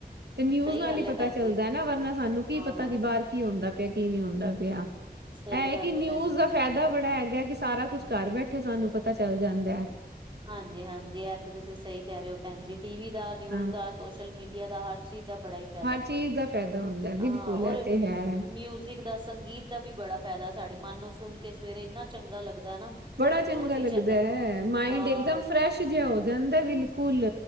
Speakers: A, on the right; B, on the right.
A: ਤੇ ਨਿਊਜ਼
B: ਸਹੀ
A: ਨਾਲ
B: ਗੱਲ
A: ਹੀ ਪਤਾ
B: ਏ ਭੈਣ
A: ਚੱਲਦਾ
B: ਜੀ
A: ਏ ਨਾ ਵਰਨਾ ਸਾਨੂੰ ਕੀ
B: ਹਾਂ
A: ਪਤਾ ਕੀ ਬਾਹਰ ਕੀ ਹੁੰਦਾ ਪਿਆ, ਕੀ ਨਹੀਂ ਹੁੰਦਾ ਪਿਆ।
B: ਸਹੀ
A: ਇਹ
B: ਗੱਲ
A: ਕਿ ਨਿਊਜ਼
B: ਏ ਭੈਣ ਜੀ।
A: ਫਾਇਦਾ ਬੜਾ ਹੈਗਾ, ਕਿ ਸਾਰਾ ਕੁੱਝ ਘਰ ਬੈਠੇ ਸਾਨੂੰ ਪਤਾ ਚੱਲ ਜਾਂਦਾ ਆ।
B: ਹਾਂਜੀ -ਹਾਂਜੀ ਇਹ ਤੇ ਤੁਸੀਂ ਸਹੀ ਕਹਿ ਰਹੇ ਹੋ ਭੈਣ ਜੀ। ਟੀਵੀ ਦਾ, ਨਿਊਜ਼
A: ਹਾਂ
B: ਦਾ, ਸੋਸ਼ਲ ਮੀਡੀਆ ਦਾ ਹਰ ਚੀਜ਼ ਦਾ ਬੜਾ ਹੀ ਫਾ਼ਇਦਾ
A: ਹਰ
B: ਏ।
A: ਚੀਜ਼ ਦਾ ਫਾਇਦਾ ਹੁੰਦਾ ਬਿਲਕੁਲ
B: ਆ ਔਰ
A: ਇਹ ਤੇ
B: ਮਿਊਜਜ
A: ਹੈ
B: ਦਿਖਦਾ ਸੰਗੀਤ ਦਾ ਵੀ ਬੜਾ ਫਾਇਦਾ ਸਾਡੇ ਮਨ ਨੂੰ ਸੁਣ ਕੇ ਸਵੇਰੇ ਇੰਨਾ ਚੰਗਾ ਲੱਗਦਾ ਨਾ।
A: ਬੜਾ ਚੰਗਾ
B: ਬਹੁਤ ਹੀ
A: ਲੱਗਦਾ ਹੈ। ਮਾਇੰਡ
B: ਹਾਂ
A: ਇੱਕਦਮ ਫਰੈਸ਼ ਜਿਹਾ ਹੋ ਜਾਂਦਾ ਬਿਲਕੁਲ।